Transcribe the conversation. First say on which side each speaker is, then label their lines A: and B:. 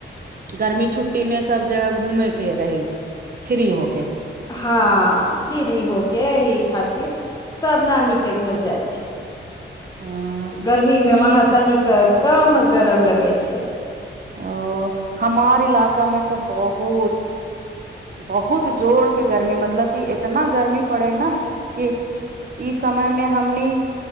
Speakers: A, on the right (about 45°); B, on the left (about 20°).
A: गर्मी छुट्टी मे सब जगह घूमे के रह फ्री हो
B: हँ फिर हो के इ खा- सब नानी के घर जाइ छियै
A: अ
B: गर्मी
A: ठीक
B: मे वहाँ तनिक कम गरम लगै छै
A: ओ हमार इलाका मे तऽ बहुत बहुत जोड़ के गर्मी मतलब कि इतना गर्मी पड़े न कि इ समयमे हमनी